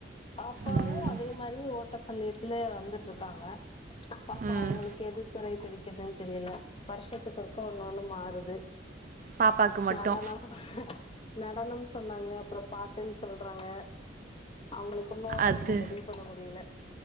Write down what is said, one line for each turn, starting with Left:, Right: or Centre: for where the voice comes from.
Left: பாப்பாவு
Right: ம்.
Left: அதே மாரி ஓட்ட பந்தயத்துல வந்துட்ருக்காங்க பாப்பா
Right: ம்.
Left: அவுங்களுக்கு எது துறை பிடிக்கிதுன் தெரில வருஷத்துக்கு ஒருக்கா ஒன்னொன்னு மாறுது
Right: பாப்பாக்கு மட்டு
Left: நடனம் நடனம் சொன்னாங்க அப்புற பாட்டுனு சொல்றாங்க அவுங்களுக்கு இன்னு
Right: அது
Left: அவுங்க முடிவு பண்ண முடில